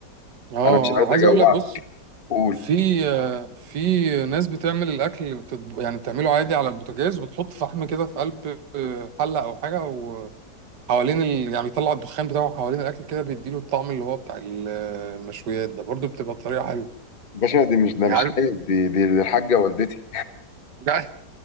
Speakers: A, on the right (about 75°); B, on the left (about 35°).
A: اه آه،
B: انا مش عايز
A: عايز
B: اجوعك
A: اقول لك بص
B: قول
A: في آه، في ناس بتعمل الاكل بتطب... يعني بتعمله عادي على البوتاجاز وبتحط فحم كده في قلب آه، حله او حاجه حوالين ال... يعني بيطلع الدخان بتاعه حوالين الاكل كده بيديله الطعم اللي هو بتاع ال- المشويات ده برضو بتبقى طريقه حلوه
B: باشا دي مش ده
A: يعني
B: مش
A: عارف
B: لايق دي دي, دي الحاجه والدتي
A: <laughs>